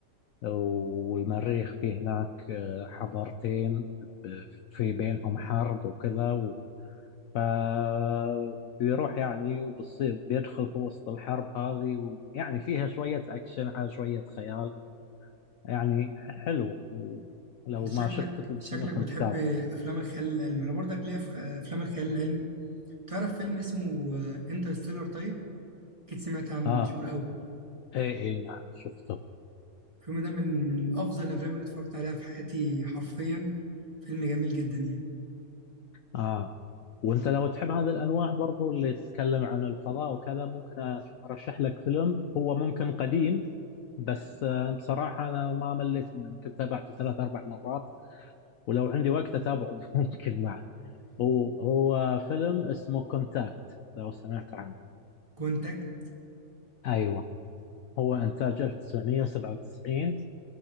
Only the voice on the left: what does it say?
والمريخ فيه هناك آه، حضارتين ب- في بينهم حرب وكذا فبيروح يعني وبتصير بيدخل في وسط الحرب هذه ويعني فيها شوية أكشن على شوية خيال يعني حلو لو
ما
شفته
ممكن
تتابعه
آه
إي إي نعم شفته
آه وأنت لو تحب هذه الأنواع برضو اللي تتكلم عن الفضاء وكذا ممكن أش- أرشح لك فيلم هو ممكن قديم بس آه، بصراحة أنا ما مليت منه يمكن تابعته ثلاث أربع مرات ولو عندي وقت أتابعه <laughs> ممكن معك هو هو فيلم اسمه كونتاكت لو سمعت عنه
ايوه هو انتاج 1997